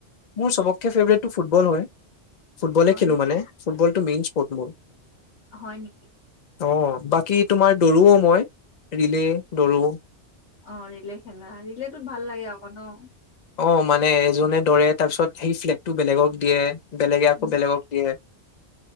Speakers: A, on the left (about 40°); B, on the left (about 70°).
A: মোৰ চবককৈ ফেভৰেটটো ফুটবল হয় ফুটবলে
B: হয়
A: খেলো
B: নেকি
A: মানে ফুটবল টো মেইন ফুটবল
B: হয় নেকি
A: অ বাকী তোমাৰ দৌৰোও মই ৰিলে দৰো
B: অ ৰিলে খেলা ৰিলেটো ভাল লাগে আক ন
A: অ মানে এজনে দৰে তাৰপিছত সেই ফ্লেগটো বেলেগক দিয়ে বেলেগে আকৌ
B: উম
A: বেলেগক দিয়ে